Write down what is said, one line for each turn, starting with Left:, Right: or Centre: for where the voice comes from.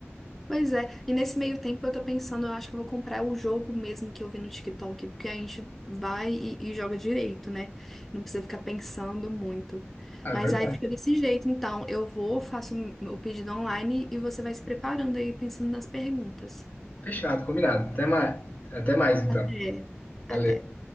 Centre: Pois é, e nesse meio tempo eu tô pensando, eu acho que eu vou comprar o jogo mesmo que eu vi no TikTok, porque a gente vai e, e joga direito, né? Não precisa ficar pensando muito.
Left: Ah,
Centre: Mas
Left: verdade.
Centre: aí fica desse jeito, então eu vou, faço o pedido online e você vai se preparando aí, pensando nas perguntas.
Left: Fechado, combinado. Até mais, até mais então.
Centre: Até,
Left: Valeu.
Centre: até.